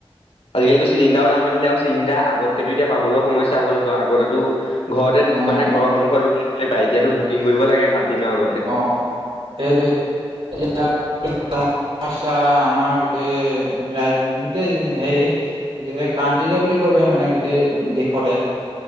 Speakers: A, on the left; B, on the right.
A: আজিকালিতো চিলিণ্ডাৰৰ দাম বাঢ়িলে আৰু চিলিণ্ডাৰ আগতকৈতো এতিয়া পাবলৈও সমস্যা হ'ল ধৰ আগতেতো ঘৰতে
B: অ',
A: মানে ঘৰ সন্মুখত উলিয়াই থলেই পায় এতিয়াতো বুকিং কৰিব লাগে সাত দিনৰ আগত।
B: অ' অ' সেইটোৱে, এতিয়া <unintelligible> সমস্যা আমাৰ গোটেই ৰাজ গোটেই হেই হে কানণ্ট্ৰিতে বুলি ক'ব পাৰি মানে গোটেই দেশ শতে,